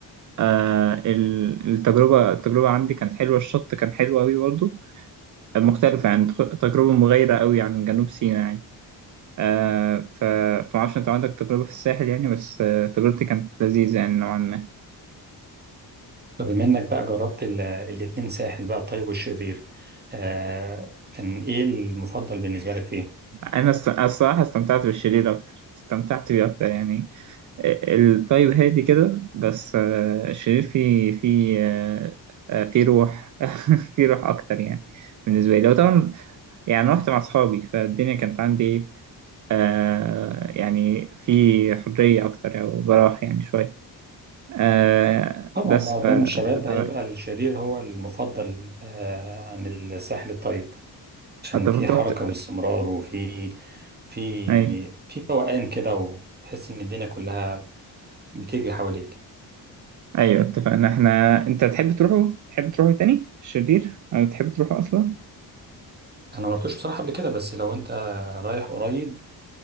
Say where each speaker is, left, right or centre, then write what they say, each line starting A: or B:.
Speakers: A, on the right; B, on the right.
A: آه، ال- التجربة التجربة عندي كانت حلوة الشط كان حلو أوي برضه مختلفة يعني تخ- تجربة مغايرة أوي عن جنوب سيناء يعني آه، ف- فمعرفش أنت عندك تجربة في الساحل يعني بس آه، تجربتي كانت لذيذة يعني نوعا ما
B: طب بما انك بقى جربت ال- الاتنين ساحل بقى الطيب والشرير آه كان ايه المفضل بالنسبة لك فيه؟
A: انا الص- الصراحه استمتعت بالشرير اكتر استمتعت بيه اكتر يعني الطيب هادي كده بس آه، الشرير فيه فيه آه، آه، فيه روح <laughs> فيه روح اكتر يعني بالنسبه لي وطبعا يعني رحت مع اصحابي فالدنيا كانت عندي إيه، آه، يعني في حريه اكتر او براح يعني شويه آه،
B: طبعا
A: بس
B: معظم
A: ف
B: الشباب
A: فده
B: هيبقى
A: رأيي.
B: الشرير هو المفضل آه عن الساحل الطيب عشان
A: حتى
B: في
A: كنت
B: حركة
A: رحت
B: باستمرار وفي في
A: اي
B: يعني في فوقان كده وتحس ان الدنيا كلها بتجري حواليك
A: ايوه اتفقنا احنا انت تحب تروحوا تحب تروحوا تاني الشرير او تحب تروحوا اصلا
B: انا ما رحتوش بصراحة قبل كده بس لو انت رايح قريب